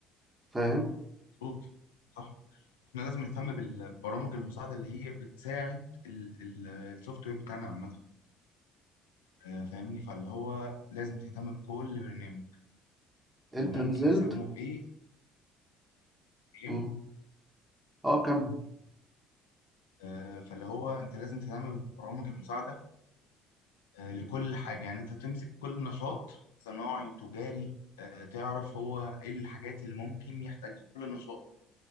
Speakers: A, on the right; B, on the left.
A: فاهم
B: مظبوط صح احنا لازم نهتم بالبرامج المساعده اللي هي بتساعد السوفت وير بتاعنا عامه آه، فاهمني فاللي هو لازم تهتم بكل برنامج
A: انت
B: آه، ممكن
A: نزلت
B: نستخدمه في ايه إيه.
A: مم. اه كمل
B: آه، فاللي هو انت لازم تهتم بالبرامج المساعده آه، لكل حاجه يعني انت تمسك كل نشاط صناعي تجاري آه، تعرف هو ايه الحاجات اللي ممكن يحتاجها كل نشاط